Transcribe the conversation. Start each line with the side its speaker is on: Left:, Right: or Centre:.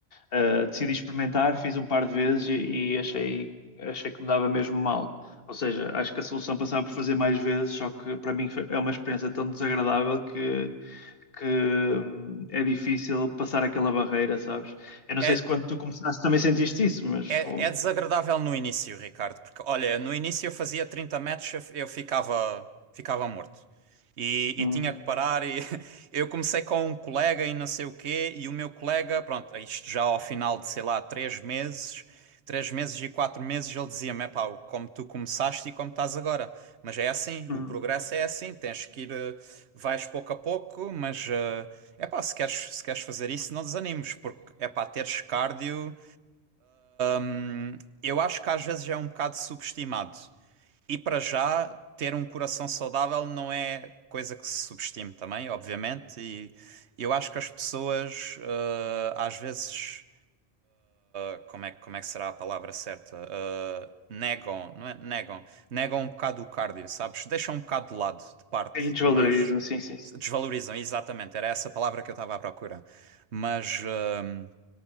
Left: Uh, decidi experimentar, fiz um par de vezes e, e, achei, achei que me dava mesmo mal. Ou seja, acho que a solução passava por fazer mais vezes, só que para mim foi, é uma experiência tão desagradável que que hum, é difícil passar aquela barreira, sabes? Eu não
Right: É,
Left: sei se quando tu começaste também sentiste isso, mas fogo.
Right: É, é desagradável no início, Ricardo, porque olha, no início eu fazia 30 metros, eu, eu ficava, ficava morto. E, e
Left: Hum,
Right: tinha que parar. E <laughs> eu comecei com um colega e não sei o quê, e o meu colega, pronto, isto já ao final de sei lá, três meses, três meses e quatro meses, ele dizia-me: é pá, como tu começaste e como estás agora. Mas é assim,
Left: hum.
Right: o progresso é assim, tens que ir, eh, vais pouco a pouco, mas é pá, se queres, se queres fazer isso, não desanimes, porque é pá, teres cardio. Hum, eu acho que às vezes é um bocado subestimado. E para já, ter um coração saudável não é coisa que se subestime também, obviamente. E eu acho que as pessoas, eh, às vezes, eh, como é, que- como é que será a palavra certa? Eh, negam, não é? Negam. Negam um bocado o cardio, sabes? Deixam um bocado de lado, de parte,
Left: Sim, desvalorizam,
Right: mas
Left: sim, sim, sim.
Right: desvalorizam, exatamente. Era essa palavra que eu estava à procura. Mas, eh,